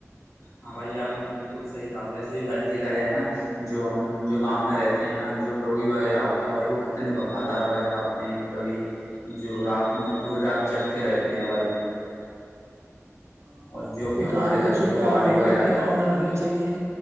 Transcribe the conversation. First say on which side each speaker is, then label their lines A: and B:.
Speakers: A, on the left (about 80°); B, on the right (about 60°).
A: ہاں بھائی آپ نے بالکل صحیح کہا ویسے بھی بھائی دیکھا جائے نا جو ہم جو گاؤں میں رہتے ہیں نا جو ڈوی وغیرہ ہوتے ہیں بھائی وہ کتنے وفادار وغیرہ ہوتے کہ کبھی جو رات میں بوری رات جگتے رہتے ہیں بھائی
B: ہاں
A: اور جو
B: تو
A: کہ ہمارے
B: جانوروں
A: گھر
B: سے
A: کی رکھوالی
B: پیار محبت
A: وغیرہ
B: کی
A: کرتی
B: بھانا
A: ہیں۔
B: رکھنی چاہیے